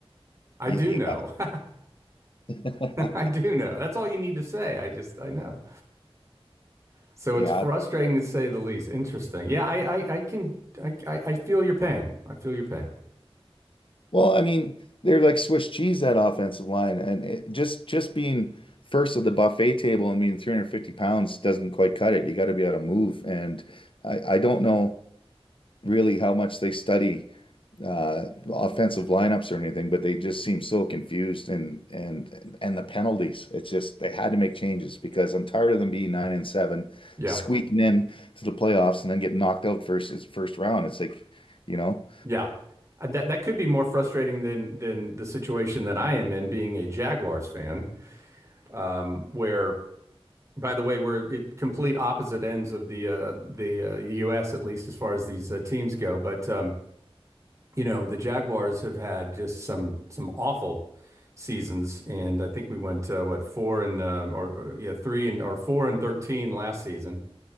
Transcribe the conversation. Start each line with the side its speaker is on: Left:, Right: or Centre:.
Right: I
Left: y-
Right: do know. <laughs>
Left: y- <laughs>
Right: I do know. That's all you need to say. I just I know. So
Left: yeah.
Right: it's frustrating to say the least. Interesting. Yeah, I I, I can I, I I feel your pain. I feel your pain.
Left: Well, I mean, they're like Swiss cheese that offensive line, and it, just just being first of the buffet table and being 350 pounds doesn't quite cut it. You got to be able to move, and I I don't know. really how much they study uh, offensive lineups or anything, but they just seem so confused and and and the penalties. It's just they had to make changes because I'm tired of them being nine and seven,
Right: Yeah.
Left: squeaking in to the playoffs and then getting knocked out first first round. It's like, you know,
Right: Yeah. Uh, That that could be more frustrating than than the situation that I am in, being a Jaguars fan. Um, where, by the way, we're at complete opposite ends of the uh, the uh, U.S. at least as far as these uh, teams go. But um, you know, the Jaguars have had just some some awful seasons, and I think we went uh, what four and um, or, or yeah three and or four and thirteen last season,